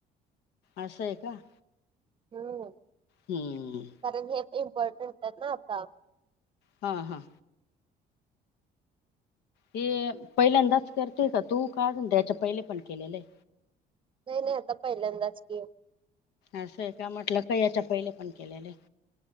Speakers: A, on the left (about 85°); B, on the right (about 30°).
A: अससं आहे का?
B: हम
A: हम्म
B: कारण हे इम्पॉर्टंट आहे ना आता
A: हा हा हे पहिल्यांदाच करते का तू का अजून त्याच्या पहिले पण केलेलं आहे.
B: नाही नाही आता पहिल्यांदाच की
A: असं आहे का म्हटलं काय याच्या पहिले पण केलेले.